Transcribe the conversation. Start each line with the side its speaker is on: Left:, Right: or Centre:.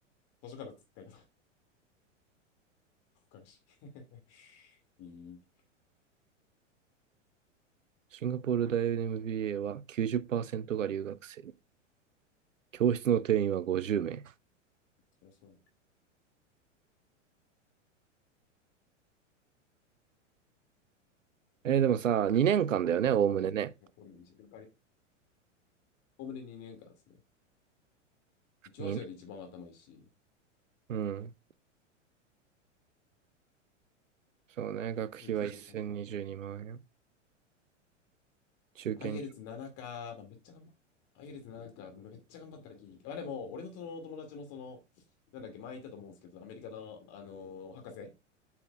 Left: 途中から使い方わかるし。<laughs> ビーンって。
Right: シンガポール大 MBA は90%が留学生。教室の定員は50名。
Left: そりゃそうだね。
Right: えーでもさ、2年間だよね、
Left: 俺は、
Right: おおむねね。
Left: シンガポールに自分からおおむね2年間ですね。一応アジアで一番頭いいし、
Right: 2年。うん。そうね、
Left: 合格率13%
Right: 学費は1022万円。
Left: か。
Right: 中堅料。
Left: IELTS7 か、まあ、めっちゃ頑張っ IELTS7 か、まあめっちゃ頑張ったらいい。まあでも、俺のその友達もその、なんだっけ、前言ったと思うんですけど、アメリカの、あのー博士